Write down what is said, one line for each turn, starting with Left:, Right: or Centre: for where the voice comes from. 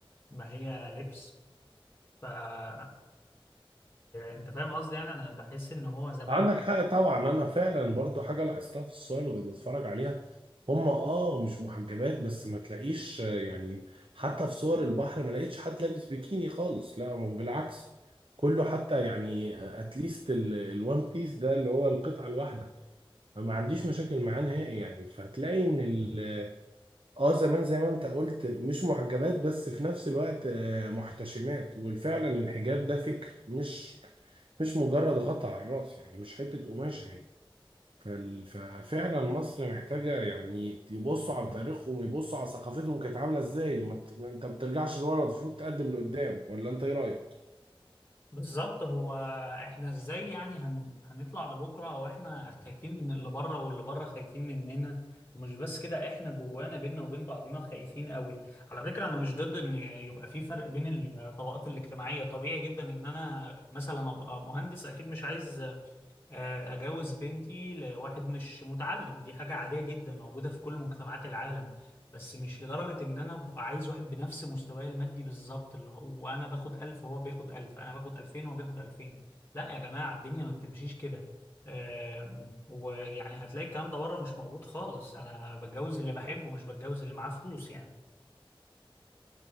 Left: ما هي لبس ف آه، أنت فاهم قصدي يعني أنا بحس إن هو زمان
Right: عندك حق طبعا انا فعلا برضو حاجه لاحظتها في الصور اللي كنت بتفرج عليها هم اه مش محجبات بس ما تلاقيش آه، يعني حتى في صور البحر ما لقيتش حد لابس بيكيني خالص لا هو بالعكس كله حتى يعني اتليست الوان بيس ده اللي هو القطعه الواحده ما عنديش مشاكل معاه نهائي يعني فهتلاقي ان ال اه زمان زي ما انت قلت مش محجبات بس في نفس الوقت آه، محتشمات وفعلا الحجاب ده فكر مش مش مجرد غطا على الراس يعني مش حتة قماشة هي فال- ففعلا مصر محتاجة يعني يبصوا على تاريخهم ويبصوا على ثقافتهم كانت عاملة ازاي ما ت- ما انت ما بترجعش لورا المفروض تقدم لقدام ولا انت ايه رأيك؟
Left: بالظبط هو احنا ازاي يعني هن... هنطلع لبكره واحنا خايفين من اللي بره واللي بره خايفين مننا ومش بس كده احنا جوانا بينا وبين بعضينا خايفين قوي على فكره انا مش ضد ان يبقى في فرق بين الطبقات الاجتماعيه طبيعي جدا ان انا مثلا ابقى مهندس اكيد مش عايز آه، أجوز بنتي لواحد مش متعلم دي حاجة عادية جدا موجودة في كل مجتمعات العالم بس مش لدرجة إن أنا أبقى عايز واحد بنفس مستواي المادي بالظبط اللي هو أنا باخد 1000 وهو بياخد 1000 أنا باخد 2000 وهو بياخد 2000 لا يا جماعة الدنيا ما بتمشيش كده آم، ويعني هتلاقي الكلام ده بره مش موجود خالص أنا بتجوز اللي بحبه مش بتجوز اللي معاه فلوس يعني